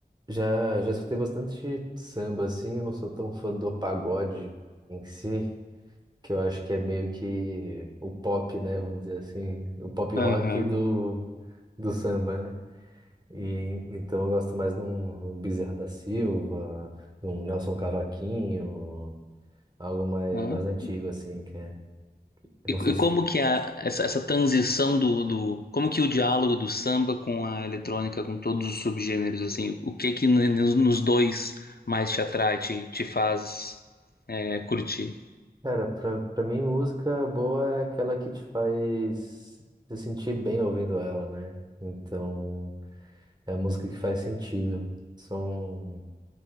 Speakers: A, on the right; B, on the left.
A: já, já escutei bastante samba, assim. Eu não sou tão fã do pagode em si, que eu acho que é meio que o pop, né? Vamos dizer assim, o pop
B: Aham.
A: rock do, do samba, né? E, então eu gosto mais de um, um Bezerra da Silva, de um Nelson Cavaquinho, algo mais,
B: Aham.
A: mais antigo, assim, que é. eu
B: E,
A: Não
B: e
A: sei se
B: como que a, essa, essa transição do, do. Como que o diálogo do samba com a eletrônica, com todos os subgêneros, assim, o que que n- nos, nos dois mais te atrai, te, te faz. É, curti.
A: Cara, pra, pra mim, música boa é aquela que te faz se sentir bem ouvindo ela, né? Então, é a música que faz sentido. Som